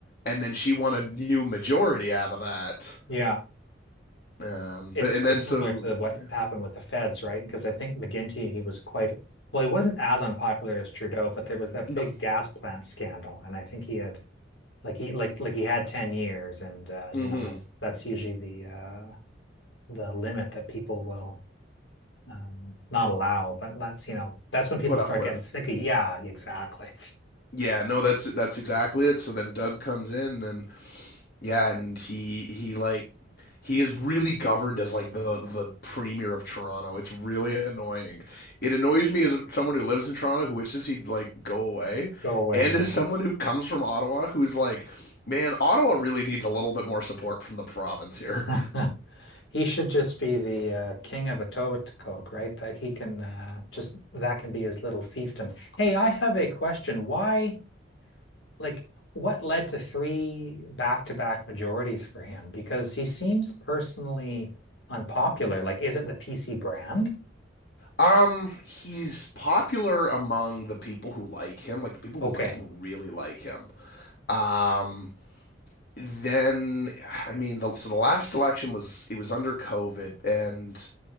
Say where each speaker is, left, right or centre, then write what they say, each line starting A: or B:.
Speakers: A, on the left; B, on the left.
A: and then she won a new majority out of that.
B: Yeah,
A: Um,
B: it's
A: but
B: sort
A: and then
B: of similar
A: so
B: to what
A: yeah,
B: happened with the Feds, right? Because I think McGinty, he was quite, well, he wasn't as unpopular as Trudeau, but there was that
A: no,
B: big gas plant scandal, and I think he had like he like like he had 10 years, and uh, you
A: mm-hmm.
B: know that's that's usually the uh, the limit that people will um, not allow, but that's you know that's when people
A: put
B: start
A: up with.
B: getting sick of, you. yeah, exactly.
A: Yeah, no, that's that's exactly it. So then Doug comes in and Yeah, and he he like he is really governed as like the the premier of Toronto. It's really annoying. It annoys me as a, someone who lives in Toronto who wishes he'd like go away,
B: Go away.
A: and as someone who comes from Ottawa who's like, man, Ottawa really needs a little bit more support from the province here.
B: <laughs> He should just be the uh, king of Etobicoke, right? That he can uh, just that can be his little fiefdom. Hey, I have a question. Why, like, what led to three back-to-back majorities for him? Because he seems personally unpopular. Like, is it the PC brand?
A: Um, he's popular among the people who like him. Like the people
B: Okay.
A: who like him really like him. Um, then I mean, the, so the last election was it was under COVID, and